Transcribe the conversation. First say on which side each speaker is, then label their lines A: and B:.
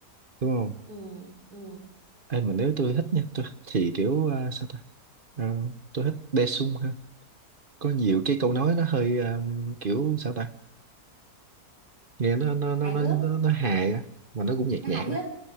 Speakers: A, on the right; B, on the right.
A: đúng không?
B: ừ ừ
A: Ê, mà nếu tôi thích nha, tôi thì kiểu, à, sao ta? Ờ, tôi thích Daesung hơn. Có nhiều cái câu nói nó hơi à, kiểu, sao ta? Nghe nó nó nó
B: hài
A: nó
B: hước
A: nó, nó hài á, mà nó cũng nhạt
B: nó
A: nhạt
B: hài hước
A: á.